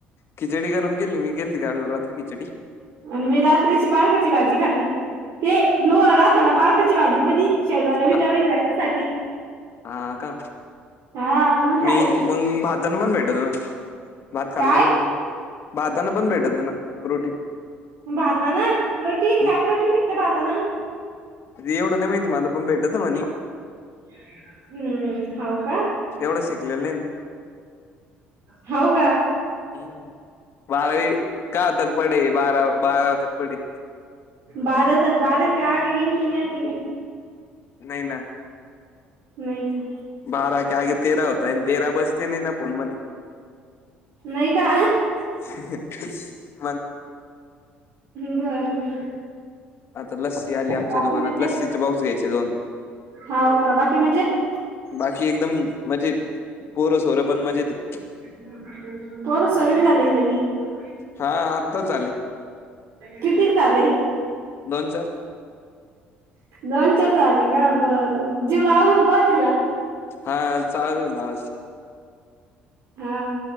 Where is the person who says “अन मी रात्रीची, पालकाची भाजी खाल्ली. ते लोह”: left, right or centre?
Right